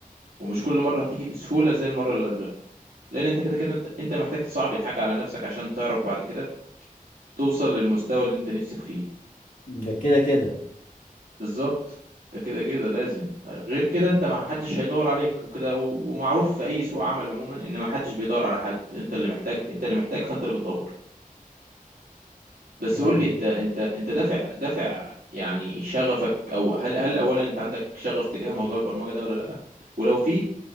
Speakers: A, on the right (about 80°); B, on the left (about 65°).
A: ومش كل مرة هتيجي بسهولة زي المرة اللي قبلها لان انت كده كده انت أنت محتاج تصعب الحاجة على نفسك عشان تعرف بعد كده توصل للمستوى اللي انت نفسك فيه
B: ده كده كده
A: بالظبط ده كده كده لازم غير كده انت ما حدش هيدور عليك وكده و- ومعروف في اي سوق عمل عموما ان ما حدش بيدور على حد انت اللي محتاج انت اللي محتاج فانت اللي بتدور بس
B: طيب
A: قول لي انت انت انت دافع دافع يعني شغفك او هل هل اولا انت عندك شغف تجاه موضوع البرمجة ده ولا لا ولو في